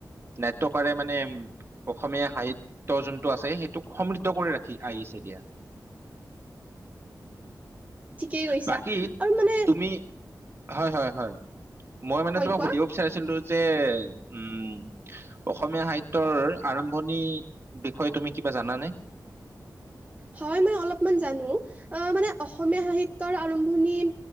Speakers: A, on the right (about 35°); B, on the right (about 20°).
A: নাট্যকাৰে মানে অসমীয়া সাহিত্য যোনটো আছে, সেইটোক সমৃদ্ধ কৰি ৰাখি আহিছে দিয়া।
B: ঠিকেই কৈছা
A: বাকী
B: আৰু মানে
A: তুমি হয়, হয়, হয়। মই মানে
B: হয়
A: তোমাক
B: কোৱা
A: সুধিব বিচাৰিছিলোঁ যে, উম অসমীয়া সাহিত্যৰ আৰম্ভণিৰ বিষয়ে তুমি কিবা জানানে?
B: হয়, মই অলপমান জানোঁ। অ' মানে অসমীয়া সাহিত্যৰ আৰম্ভণি